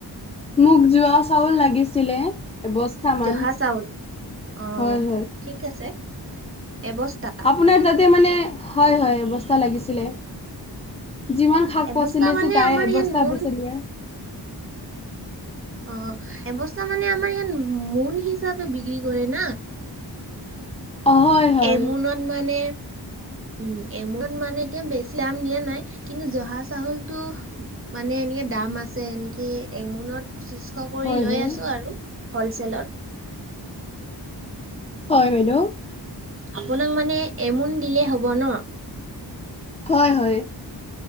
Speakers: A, on the left; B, on the right.
A: মোক যোৱা চাউল লাগিছিলে। এবস্তা মান।
B: জহা চাউল অ
A: হয়, হয়।
B: ঠিক আছে এবস্তা
A: আপোনাৰ তাতে মানে হয়, হয় এবস্তা লাগিছিলে। যিমান শাক
B: এবস্তা
A: পাচলি
B: মানে
A: আছে তাই
B: আমাৰ
A: এবস্তা
B: ইয়াত মোন
A: এবস্তা লৈ আ।
B: অ', এবস্তা মানে আমাৰ ইয়াত মোন হিচাপে বিক্ৰী কৰে না?
A: অ হয় হয়
B: এমোনত মানে উম, এমোনত মানে এতিয়া বেছি দাম দিয়া নাই। কিন্তু, জহা চাহোলটো মানে এনিয়েত দাম আছে এনিকি এমোনত পঁচিশশ কৰি
A: হয়
B: লৈ
A: হয়
B: আছো আৰু হ'লচেলত।
A: হয় বাইদেউ।
B: আপোনাক মানে এমোন দিলে হ'ব ন'?
A: হয়, হয়।